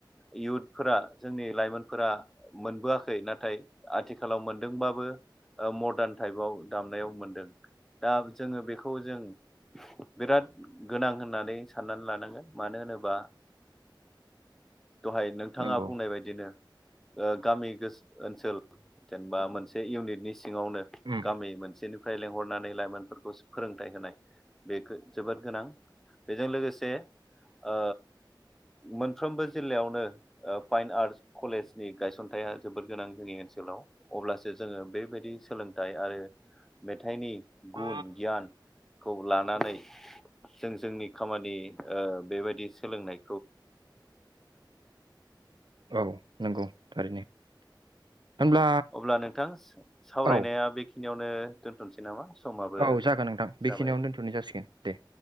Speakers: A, in the centre; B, on the right.
A: इयुथफोरा जोंनि लाइमोनफोरा मोनबोआखै नाथाय आथिखालाव मोनदोंबबो मदार्न टाइपाव दामनायाव मोनदों। दा जोङो बेखौ खौ जों बिराद गोनां होननानै साननानै लानांगोन मानो होनोबा दहाय नोंथाङा
B: नंगौ
A: बुंनाय बायदिनो ओ गामि गोस ओनसोल जेनेबा मोनसे इउनिटनि सि ङावनो
B: उम
A: गामि मोनसेनि फ्राय लेंहरनानै लाइमोनफोरखौ फोरोंथाइ होनाय। बेखो जोबोर गोनां। बेजों लोगोसे ओ मोनफ्रोमबो जिल्लायावनो ओ फाइन आर्टस कलेजनि गायसनथाइया जोबोर गोनां जोंनि ओनसोलाव अब्लासो जोङो बेबायदि सोलोंथाइ आरो मेथाइनि
B: औ
A: गुन गियान खौ लानानै जों जोंनि खामानि ओ बेबायदि सोलोंनाय
B: औ नंगौ थारैनो। होनब्ला
A: अब्ला नोंथां सावरायनाया
B: औ
A: बेखि बियावनो दोन्थ'नोसै नामा? समाबो
B: औ जागोन नोंथां बेखिनियावनो
A: जाबाय
B: दोनथ'नाय जासिगोन दे